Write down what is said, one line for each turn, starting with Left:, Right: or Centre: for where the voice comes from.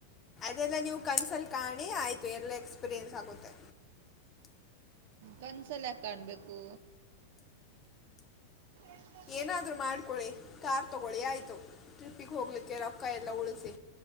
Left: ಅದೆಲ್ಲ ನೀವು ಕನ್ಸಲ್ ಕಾಣಿ ಆಯ್ತು ಎಲ್ಲ ಎಕ್ಸ್ಪೀರಿಯನ್ಸ್ ಆಗುತ್ತೆ
Right: ಕನ್ಸಲ್ಯಾ ಕಾಣ್ಬೇಕು ಹ್ಮ <unintelligible>
Left: ಏನಾದ್ರು ಮಾಡ್ಕೊಳ್ಳಳಿ ಕಾರ್ ತಗೊಳ್ಳಿ ಆಯ್ತು ಟ್ರಿಪ್ಪಿಗೆ ಹೋಗ್ಲಿಕ್ಕೆ ರೊಕ್ಕ ಎಲ್ಲ ಉಳಿಸಿ